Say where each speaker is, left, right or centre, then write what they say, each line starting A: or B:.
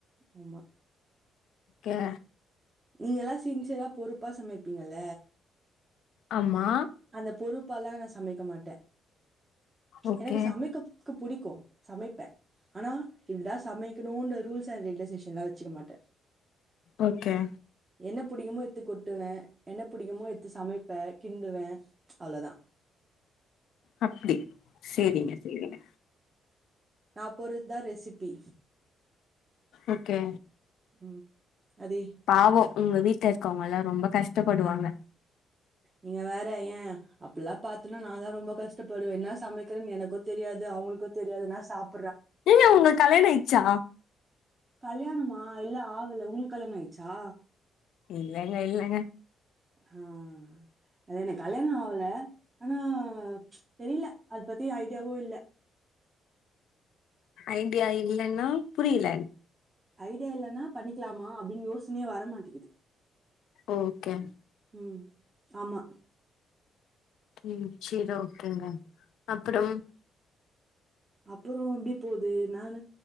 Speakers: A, on the right (about 25°); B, on the left (about 75°).
A: உமா
B: கே
A: நீங்கலா சின்சியரா பொறுபா சமைபீங்கல
B: ஆமா
A: அந்த பொறுபாலா நா சமைக்க மாட்டே ச்
B: ஓகே
A: எனக்கு சமைக்க இ புடிக்கு சமைப்பேன் ஆனா இப்டிதான் சமைக்கணும்ன்ற ரூல்ஸ் அண்ட் ரெகுலேஷன்ல்லா வச்சுக்க மாட்டே
B: ஓகே
A: என்ன புடிக்குமோ எத்துக் கொட்டுவே என்ன புடிக்குமோ எத்து சமை ப்பே கின்டுவே அவ்ளோதா
B: அப்டி சேரிங்க சேரிங்க
A: நான் போர்ரதா ரெசிபி
B: ஓகே
A: ம் அதே
B: பாவோ உங்க வீட்ல இருக்கவங்கல்லா ரொம்ப கஷ்டபடுவாங்க
A: நீங்க வேற ஏ அப்பல்லா பாத்தன்னா நா தா ரொம்ப கஷ்டப்படுவே என்னா சமைக்கிறேனு எனக்கு தெரியாது அவுங்களுக்கு தெரியாது நா சாப்
B: நீங்க உங்க கல்யாண ஆயிச்சா
A: கல்யாணமா இல்ல ஆவல உங்களுக்கு கல்யாணம் ஆயிடுச்சா
B: இல்லங்க இல்லங்க
A: ஆஹ் அத என்க் கல்யாணம ஆவல ஆனா ச் தெரியல அத பத்தி ஐடியாவும் இல்ல
B: ஐடியா இல்லன்னா புரில
A: ஐடியா இல்லனா பண்ணிக்கலாமா அப்டின்னு யோசனையே வர மாட்டிக்கிது
B: ஓகே
A: ம் ஆமா
B: ம் சரி ஓகேங்க அப்புறம்
A: அப்பறோ எப்டி போகுது நானு